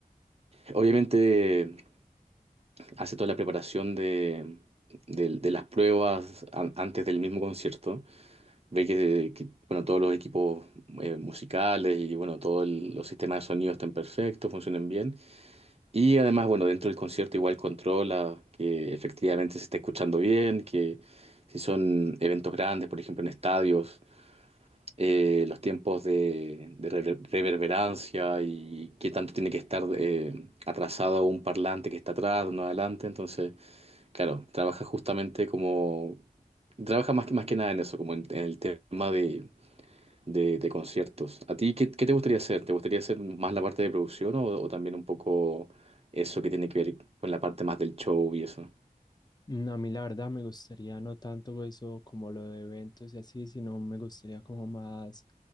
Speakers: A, on the right; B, on the left.
A: obviamente hace toda la preparación de, de- de las pruebas an- antes del mismo concierto. Ve que, que, bueno, todos los equipos eh, musicales y bueno, todos el- los sistemas de sonido están perfectos, funcionan bien. Y además, bueno, dentro del concierto igual controla que efectivamente se está escuchando bien, que si son eventos grandes, por ejemplo, en estadios, eh, los tiempos de, de rever- reverberancia y qué tanto tiene que estar eh, atrasado un parlante que está atrás, uno adelante. Entonces, claro, trabaja justamente como... Trabaja más que, más que nada en eso, como en en el tema de de, de conciertos. ¿A ti qué, qué te gustaría hacer? ¿Te gustaría hacer más la parte de producción o, o también un poco eso que tiene que ver con la parte más del show y eso?
B: Mm, A mí la verdad me gustaría no tanto eso como lo de eventos y así, sino me gustaría como más,